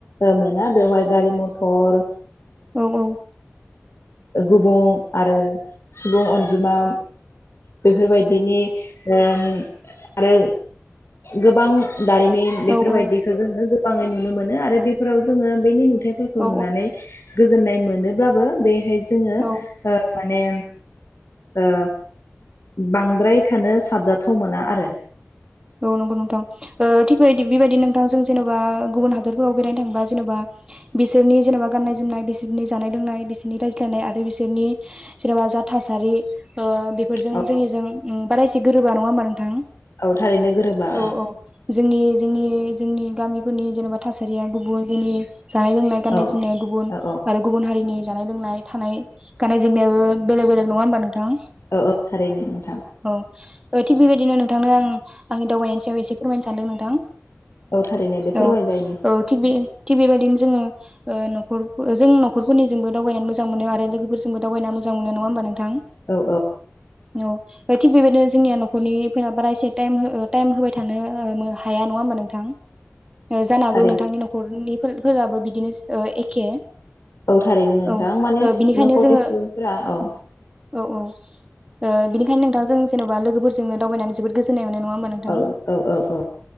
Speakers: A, on the left (about 65°); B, on the right (about 20°).
A: ओ मोना बेवहाय गारि मथर
B: औ- औ
A: गुबुं आरो सुबुं अनजिमा बेफोरबायदिनि ओ आरो गोबां दारिमिन बेफोरबायदिखौ
B: औ
A: जोङो गोबाङै नुनो मोनो आरो बेफोराव जोङो बेनि नुथाय फिथाइफोरखौ
B: औ
A: नुनानै गोजोननाय मोनोब्लाबो बेहाय जोङो
B: औ
A: ओ माने ओ बांद्राय थानो साबजाथाव मोना आरो
B: औ नंगौ नोंथां ओ थिगबेबाय बेबायदि नोंथांजों जेन'बा गुबुन हादरोरफोराव बेरायनो थांबा जेन'बा बिसोरनि जेनेबा गाननाय जोमनाय बिसोरनि जानाय लोंनाय बिसोरनि रायज्लायनाय आरो बिसोरनि जेनेबा जा थासारि ओ बेफोरजों
A: औ
B: जोंनिजों ओ बारा एसे गोरोबा नङा ओमबा नोंथां?
A: औ थारैनो गोरोबा
B: औ- औ जोंनि जोंनि- जोंनि गामि फोरनि जेनेबा थासारिया गुबुन जोंनि जानाय लोंनाय गाननाय
A: औ
B: जोमनाय गुबुन
A: औ
B: आरो गुबुन हारिनि जानाय लोंनाय थानाय गाननाय जोमनायाबो बेलेग बेलेग नङा होमबा नोंथां?
A: औ औ थारैनो नोंथां
B: औ थिग बेबायदिनो नोंथांनो आं आंनि दावबायनायनि सायाव एसे फोरमायनो सान्दों नोंथां।
A: औ थारैनो दे फोरमाय
B: औ
A: जायो नोंथां
B: औ थिग बे थिग बेबायदिनो जोङो ओ न'खर जों नखरफोरनिजोंबो दावबायनानै मोजां मोनो आरो लोगोफोरजोंबो दावबायना मोजां मोनो नङा होमबा नों थां
A: औ औ
B: औ थिक बेबायदिनो जोंनिया न'खरनिफोरा बारा एसे टाइम टाइम होबाय थानो हाया नङा होमबा नोंथां जानो हागौ
A: थारैनो
B: नोंथांनि न'खरनि फोराबो बिदिनो ओ एखे
A: औ थारैनो नोंथां
B: औ
A: माने
B: ओ बिनिखायनो
A: न'खरनि
B: जोङो
A: सुबुंफोरा औ
B: औ औ ओ बिनिखायनो नोंथां जों जेन'बा लोगोफोरजोंनो दावबायनानै जोबोद गोजोन <unintelligible> नङा होमबा नोंथां
A: औ औ औ औ